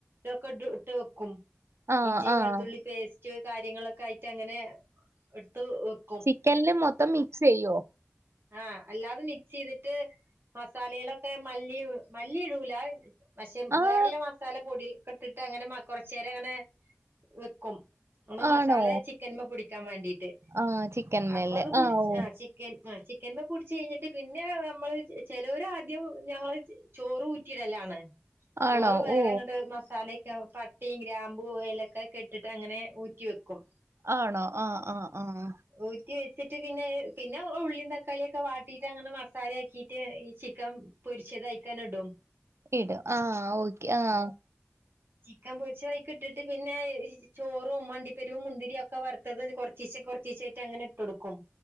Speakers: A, on the right; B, on the right.
A: ഒക്കെ ഇ ഇട്ട് വെക്കും
B: ആഹ്
A: ഇഞ്ചിയും
B: ആഹ്
A: വെളുത്തുള്ളി പേസ്റ്റ്. കാര്യങ്ങളൊക്കെ ആയിട്ട് അങ്ങനെ എടുത്ത്. വോകും.
B: ചിക്കനില് മൊത്തം മിക്സ് ചെയ്യോ?
A: ആഹ് അല്ലാതെ മിക്സ് ചെയ്തിട്ട്. മസാലയിലൊക്കെ മല്ലി മല്ലി ഇടൂല. പക്ഷെ
B: ആഹ്
A: വേറെല്ല മസാല പൊടിക്കെ ഇട്ടിട്ട് അങ്ങനെ കൊറച്ചേരം അങ്ങനെ വെക്കും. ഒന്ന് മസാല
B: ആണോ
A: ചിക്കൻമ്മ പിടിക്കാൻ വേണ്ടിട്ട്.
B: ആഹ് ചിക്കൻ മേലെ
A: അപ്പൊ അത് പുടിച
B: ഓ
A: ആഹ് ചൻ ആ് ചിക്കന്മ പൊടിച്ചു കഴിഞ്ഞിട്ട് പിന്നെ നമ്മൾ ചേലോർ ആദ്യം ഞങ്ങൾ ചോറ് ഊറ്റിയിടല്ലാണ്.
B: ആണോ
A: ചോറ് വേറെങ്ങോട്ട്
B: ഓ
A: മസാല ഒക്കെ പട്ടിയും ഗ്രാമ്പും യലൊക്കെ കെട്ടിട്ട് അങ്ങനെ ഊറ്റി വെക്കും.
B: ആണോ ആഹ് ആഹ് ആഹ്
A: ഊറ്റി വെച്ചിട്ട് പിന്നെ പിന്നെ ഉള്ളും തക്കാളിയ ഒക്കെ വാട്ടിട്ട് അങ്ങനെ മസാലയാക്കിയിട്ട്. ക്കം പൊരിച്ചത്അയിക്കാട് ഇടും.
B: ഇടും ആഹ് ഓക്കെ ആഹ്
A: ചിക്കൻ പൊരിച്ചതായിക്കിട്ടിട്ട് പിന്നെ ചോറും അണ്ടിപ്പെരുപ് മുന്തിരിയും ഒക്കെ വറ വറുത്തത് കുറച്ചിച്ചെ കുറച്ചീച്ചോ ആട്ട് അങ്ങനെ ഇട്ട് കൊടുക്കും.